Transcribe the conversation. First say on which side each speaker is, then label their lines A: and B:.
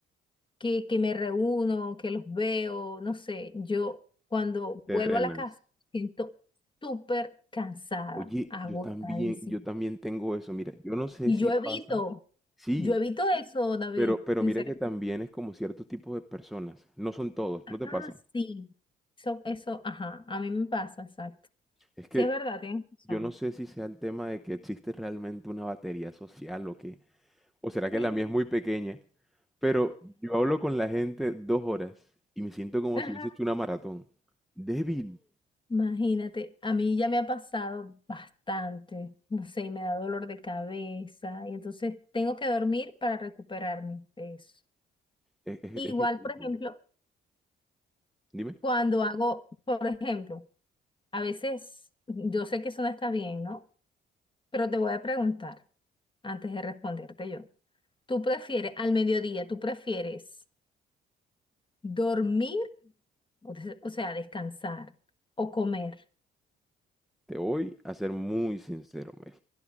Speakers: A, on the left (about 25°); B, in the centre.
A: que, que me reúno, que los veo, no sé, yo cuando
B: te
A: vuelvo
B: drenas.
A: a la casa siento súper cansada,
B: Oye,
A: agotadísima.
B: yo también, yo también tengo eso, mira, yo no sé
A: Y
B: si
A: yo evito,
B: pasa. Sí,
A: yo evito eso, David,
B: Pero, pero
A: sinceramente.
B: mira que también es como ciertos tipos de personas, no son todos, no te
A: Ah,
B: pasa.
A: sí, eso, eso, ajá, a mí me pasa, exacto.
B: Es que
A: Sí, es verdad, tienes
B: yo
A: razón.
B: no sé si sea el tema de que existe realmente una batería social o qué, o será que
A: Eh.
B: la mía es muy pequeña, pero yo hablo con la gente dos horas y me siento como
A: <laughs>
B: si hubiese hecho una maratón. Débil,
A: Imagínate, a mí ya me ha pasado bastante, no sé, y me da dolor de cabeza y entonces tengo que dormir para recuperarme de eso.
B: es, es-
A: Igual,
B: es difícil.
A: por ejemplo,
B: Dime,
A: cuando hago, por ejemplo, a veces yo sé que eso no está bien, ¿no? Pero te voy a preguntar antes de responderte yo. ¿Tú prefieres, al mediodía, tú prefieres dormir, o des- o sea, descansar o comer?
B: te voy a ser muy sincero, Mel.